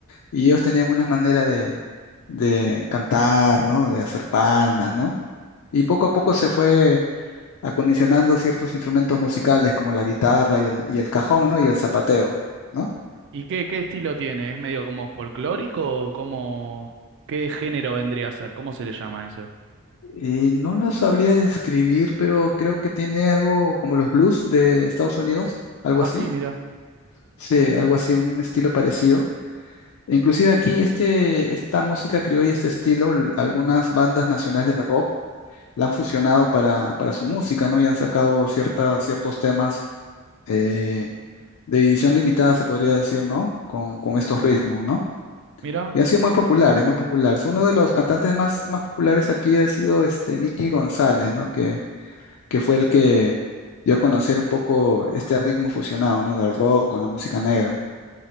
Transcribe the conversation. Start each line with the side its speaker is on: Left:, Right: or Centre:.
Left: Y ellos tenían una manera de, de cantar, ¿no? De hacer palmas, ¿no? Y poco a poco se fue acondicionando ciertos instrumentos musicales como la guitarra y el, y el cajón, ¿no? Y el zapateo, ¿no?
Right: ¿Y qué, qué estilo tiene? ¿Es medio como folclórico o como qué género vendría a ser? ¿Cómo se le llama eso?
Left: Eh, no lo sabría describir, pero creo que tiene algo como los blues de Estados Unidos, algo
Right: Ah,
Left: así.
Right: sí, mira,
Left: Sí, algo así, un estilo parecido. E Inclusive aquí este, esta música criolla, este estilo, l- algunas bandas nacionales de rock la han fusionado para, para su música, ¿no? Y han sacado cierta, ciertos temas eh, de edición limitada, se podría decir, ¿no? Con, con estos ritmos, ¿no?
Right: mira.
Left: Y han sido muy populares, muy populares. Uno de los cantantes más, más populares aquí ha sido este Mickey González, ¿no? que fue el que dio a conocer un poco este ritmo fusionado, ¿no? Del rock con la música negra.